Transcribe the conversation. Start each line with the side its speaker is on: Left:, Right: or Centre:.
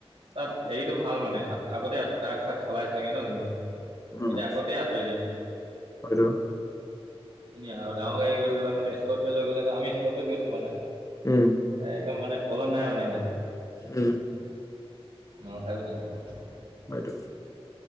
Right: তাত
Left: অ
Right: হেৰিটো ভাল মানে আগতে ট্ৰাক চাক চলাই চাগে ন জোনবোৰে।
Left: উম
Right: সিহঁতে আগতেই আঁতৰি দিয়ে মানে।
Left: হয়টো
Right: ধুনীয়া আৰু ডাঙৰ লৈ গ'লে মানে স্কৰপিঅ লৈ গ'লে আমি স্কৰপিঅত গৈছোঁ মানে
Left: উম,
Right: এ একদম মানে প্ৰব্লেম নাই মানে ইমান
Left: উম।
Right: নৰখায়ো তেনেকৈ গ'লে।
Left: হয়তো